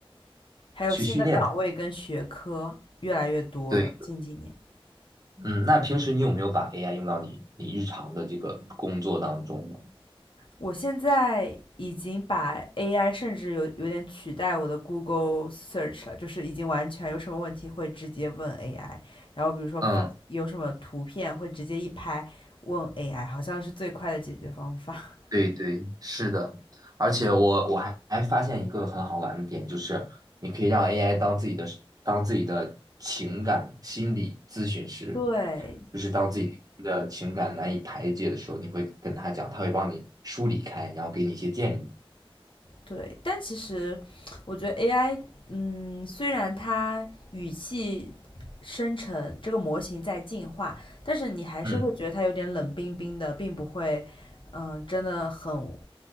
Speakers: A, on the left (about 60°); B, on the right (about 40°).
A: 还有新的岗位跟学科越来越多了。
B: 去训练它。对，
A: 近几年，
B: 嗯，那平时你有没有把 AI 用到你你日常的这个工作当中呢？
A: 我现在已经把 AI 甚至有有点取代我的 Google Search 了，就是已经完全有什么问题会直接问 AI，然后比如说发有什么图片会直接一拍问
B: 嗯。
A: AI，好像是最快的解决方法。<laughs>
B: 对对，是的，而且我我还还发现一个很好玩的点，就是你可以让 AI 当自己的当自己的情感心理咨询师，
A: 对，
B: 就是当自己的情感难以排解的时候，你会跟他讲，他会帮你梳理开，然后给你一些建议。
A: 对，但其实我觉得 AI，嗯，虽然它语气生成这个模型在进化，但是你还是会觉得它有点冷冰冰的，
B: 嗯。
A: 并不会，嗯，真的很